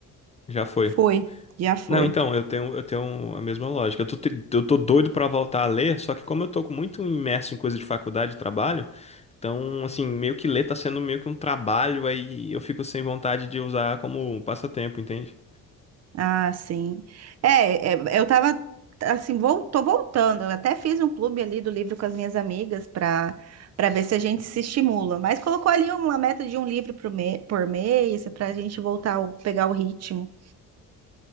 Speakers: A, on the left; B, on the right.
A: Já foi.
B: foi, já foi.
A: Não, então, eu tenho, eu tenho a mesma lógica. Eu tô, te- eu tô doido pra voltar a ler, só que como eu tô muito imerso em coisa de faculdade e trabalho, então, assim, meio que ler tá sendo meio que um trabalho, aí eu fico sem vontade de usar como passatempo, entende?
B: Ah, sim. É, é, eu tava assim, vol tô voltando. Eu até fiz um clube ali do livro com as minhas amigas para para ver se a gente se estimula. Mas colocou ali uma meta de um livro por, me por mês para a gente voltar a pegar o ritmo.